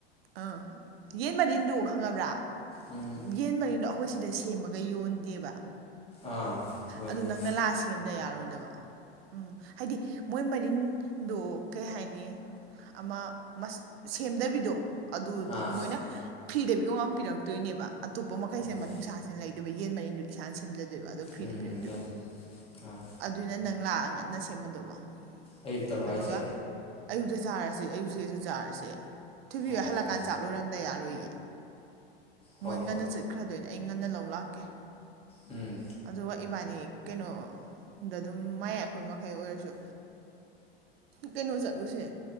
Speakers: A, on the right; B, on the left.
A: ꯑꯥ ꯌꯦꯟ ꯃꯔꯤꯟꯗꯨ ꯈꯪꯉꯕ꯭ꯔꯥ
B: ꯎꯝ
A: ꯌꯦꯟ ꯃꯔꯤꯟ ꯈꯣꯏ ꯁꯤꯗ ꯁꯦꯝꯃꯒ ꯌꯣꯟꯗꯦꯕ
B: ꯑꯥ ꯌꯣꯟꯗꯦ
A: ꯑꯗꯨ ꯅꯪꯅ ꯂꯥꯛꯑ ꯁꯦꯝꯗ ꯌꯥꯔꯣꯏꯗꯕ ꯎꯝ ꯍꯥꯏꯗꯤ ꯃꯣꯏ ꯃꯔꯤꯟ ꯑꯗꯣ ꯀꯩ ꯍꯥꯏꯅꯤ ꯑꯃ ꯁꯦꯝꯗꯕꯤꯗꯣ ꯑꯗꯨ
B: ꯑꯥ
A: ꯃꯣꯏꯅ ꯐꯔꯤꯗ ꯌꯣꯝꯃ ꯄꯤꯔꯛꯇꯣꯏꯅꯦꯕ ꯑꯇꯣꯞꯄ ꯃꯈꯩꯁꯦ
B: ꯎꯝ
A: ꯃꯅꯨꯡꯁꯥꯁꯦ ꯂꯩꯗꯣꯏꯕ ꯌꯦꯟ ꯃꯔꯤꯟꯅ ꯏꯁꯥꯅ ꯁꯦꯝꯖꯗꯣꯏꯕ ꯐ꯭ꯔꯤꯗ
B: ꯎꯝ
A: ꯄꯤꯔꯛꯇꯣꯏꯕ
B: ꯒ꯭ꯌꯥꯟ ꯑꯥ
A: ꯑꯗꯨꯅ ꯅꯪ ꯂꯥꯛꯑꯒ ꯅꯪꯅ ꯁꯦꯝꯃꯗꯧꯕ
B: ꯑꯌꯨꯛꯇꯔꯣ
A: ꯑꯗꯨꯒ
B: ꯍꯥꯏꯁꯦ
A: ꯑꯌꯨꯛꯇ ꯆꯥꯔꯁꯤ ꯑꯌꯨꯛꯁꯤ ꯆꯥꯔꯁꯦ ꯊꯣꯏꯕꯤ
B: ꯑꯣ
A: ꯍꯣꯏ ꯍꯜꯂꯛꯀꯥꯟꯗ ꯆꯥꯛ ꯂꯣꯏꯔꯝꯗꯥ ꯌꯥꯔꯣꯏꯌꯦ ꯃꯣꯏ
B: ꯍꯣꯏ
A: ꯉꯟꯅ
B: ꯍꯣꯏ
A: ꯆꯠꯈ꯭ꯔꯗꯣꯏꯅꯦ꯫ ꯑꯩ ꯉꯟꯅ ꯂꯧ ꯂꯥꯛꯀꯦ
B: ꯎꯝ
A: ꯑꯗꯨꯒ ꯏꯕꯥꯅꯤ ꯀꯩꯅꯣꯗ ꯑꯗꯨꯝ ꯃꯌꯥꯏ ꯑꯩꯈꯣꯏ ꯃꯈꯩ ꯑꯣꯏꯔꯁꯨ ꯀꯩꯅꯣ ꯆꯠꯂꯨꯁꯦ